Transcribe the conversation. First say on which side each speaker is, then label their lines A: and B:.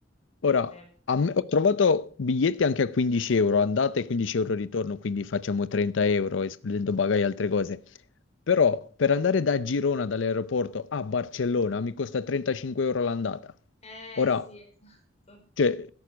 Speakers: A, on the left; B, on the left.
A: Ora,
B: beh.
A: a me- ho trovato biglietti anche a 15 euro, andate e 15 euro ritorno, quindi facciamo 30 euro, escludendo bagagli e altre cose. Però per andare da Girona, dall'aeroporto a Barcellona, mi costa 35 euro l'andata.
B: Eh
A: Ora,
B: sì, esatto.
A: cioè,